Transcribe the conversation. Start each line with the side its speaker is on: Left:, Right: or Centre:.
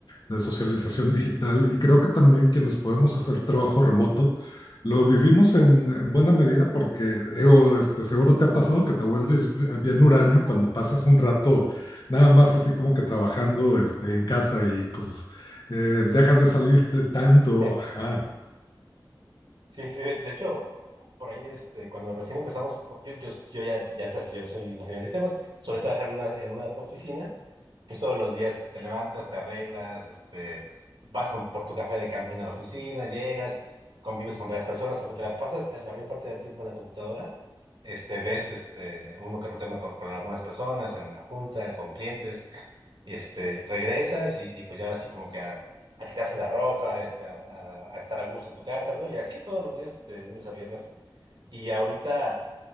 Left: de socialización digital y creo que también quienes podemos hacer trabajo remoto lo vivimos en, en buena medida porque, digo, este, seguro te ha pasado que te vuelves bi- bien huraño cuando pasas un rato nada más así como que trabajando este, en casa y pues eh, dejas de salir de tanto.
Right: <laughs>
Left: Ajá.
Right: Sí, sí, de, de hecho, por ahí, este, cuando recién empezamos, po- yo, yo, yo ya, ya sabes que yo soy ingeniero de sistemas, solía trabajar en una, en una oficina Es todos los días, te levantas, te arreglas, este, vas con, por tu café de camino a la oficina, llegas, convives con varias personas, aunque te la pasas la mayor parte del tiempo en la computadora, este, ves este, uno que otro tema con, con algunas personas, en la junta, con clientes, y, este, regresas y, y pues ya ahora sí como que a, a quitarse la ropa, este, a, a- a estar a gusto en tu casa, ¿no? Y así todos los días, este, de lunes a viernes. Y ahorita